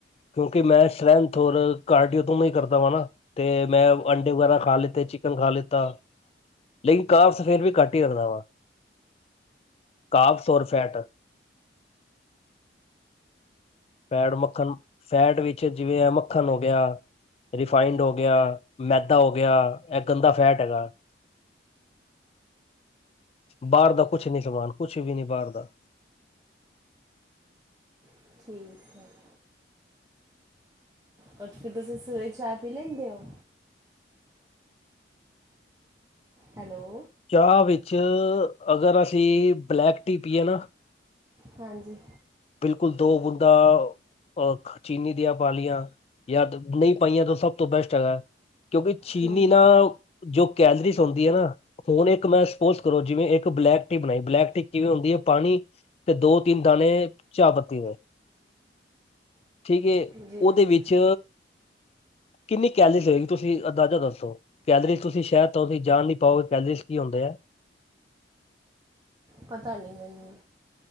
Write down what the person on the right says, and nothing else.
<inaudible> ਪਰ ਫਿਰ ਤੁਸੀਂ ਸਵੇਰੇ ਚਾਅ ਪੀ ਲੈਂਦੇ ਹੋ? ਹੈਲੋ
ਹਾਂਜੀ
ਹੂੰ
ਹੂੰ
ਜੀ
ਜੀ
ਪਤਾ ਨੀ ਮੈਨੂੰ